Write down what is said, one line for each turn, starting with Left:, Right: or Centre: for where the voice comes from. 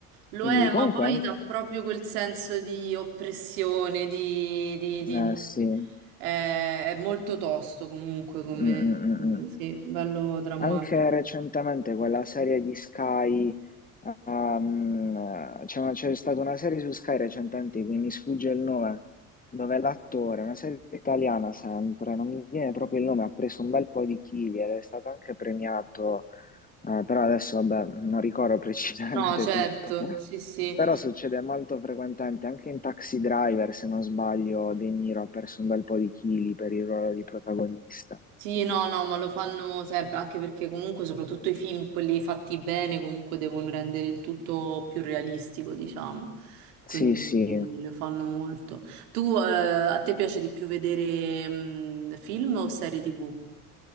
Right: Lo
Left: Quindi
Right: è,
Left: comunque...
Right: ma poi
Left: anche-
Right: dà proprio quel senso di oppressione, di, di- di-
Left: Eh sì, Mm,
Right: eh, è molto tosto comunque come,
Left: mm, mm, mm.
Right: sì, bello drammatico.
Left: Anche recentemente quella serie di Sky, ehm, c'è una- c'è stata una serie su Sky recentemente, di cui mi sfugge il nome, dove l'attore, una serie italiana sempre, non mi viene proprio il nome, ha preso un bel po' di chili ed è stato anche premiato, eh, però adesso vabbè, non ricordo <laughs>
Right: No,
Left: precisamente
Right: certo,
Left: tutto.
Right: sì, sì.
Left: Però succede molto frequentemente, anche in Taxi Driver, se non sbaglio, De Niro ha perso un bel po' di chili per il ruolo di protagonista.
Right: Sì, no, no, ma lo fanno sempre, anche perché comunque soprattutto i film, quelli fatti bene, comunque devono rendere il tutto più realistico, diciamo. Quindi
Left: Sì, sì.
Right: eh, lo fanno molto. Tu, eh, a te piace di più vedere mm, film o serie TV?